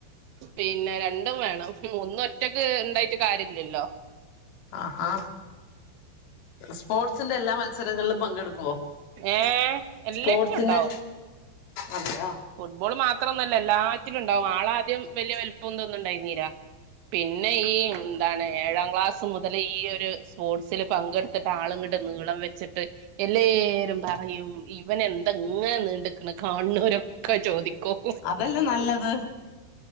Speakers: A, on the right; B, on the left.
A: പിന്നെ രണ്ടും വേണം ഒന്ന ഒറ്റക്ക് ഉണ്ടായിട്ട് കാര്യംില്ലല്ലോ
B: ആഹാ സ്പോർട്സിന്റെ എല്ലാ മത്സരങ്ങളിലും പങ്കെടുക്കുവോ
A: ഏഹ എല്ലാറ്റിലും
B: സ്പോർട്സിന്റെ
A: ഉണ്ടാവും
B: അതെയാ
A: ഫുട്ബോൾ മാത്രംന്നല്ല എല്ലാ ുണ്ടാവും ആളാദ്യം വലിയ വലുപ്പംോന്നുണ്ടായി നീരാ പിന്നെ ഈ അതാണ് ഏഴാം ക്ലാസ് മുതൽ ഈ ഒരു സ്പോർട്സിൽ പങ്കെടുത്തിട്ട് ആളുംങ്ങുടെ നീളം വെച്ചിട്ട് എല്ലാവരും പറയും ഇവന എന്തെങ്ങനെ നീണ്ടക്കണ് കാണ്ണൂരൊക്കെ ചോദിക്കും
B: അതല്ലേ നല്ലത്